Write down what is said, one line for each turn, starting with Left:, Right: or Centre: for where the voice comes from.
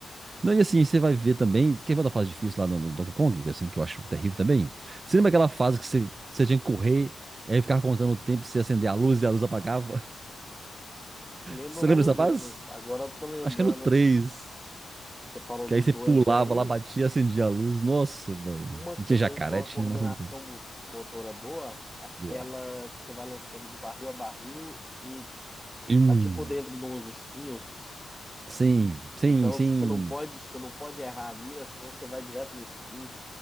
Right: Não, e assim, você vai ver também. Quem vai da fase difícil lá no, no Donkey Kong, que assim, que eu acho terrível também. Você lembra aquela fase que você, você tinha que correr, é, e aí ficava contando o tempo, você acender a luz e a luz apagava? <laughs>
Centre: Lembro
Right: Você
Centre: mais
Right: lembra
Centre: ou
Right: dessa
Centre: menos.
Right: fase?
Centre: Agora eu tô lembrando,
Right: Acho que é no três,
Centre: que você falou
Right: Que
Centre: do
Right: aí você
Centre: dois
Right: pulava
Centre: aí.
Right: lá, batia, acendia a luz. Nossa, velho.
Centre: Uma que você
Right: Tinha
Centre: tem
Right: jacaré,
Centre: que ter uma
Right: tinha,
Centre: coordenação
Right: nossa, umas coisas.
Centre: mo- motora boa, aquela
Right: Boa.
Centre: que você vai lançando de barril a barril e
Right: Hum,
Centre: tá tipo dentro de uns espinhos.
Right: sim, sim,
Centre: Então
Right: sim.
Centre: você não pode, você não pode errar a mira, senão você vai direto no espinho.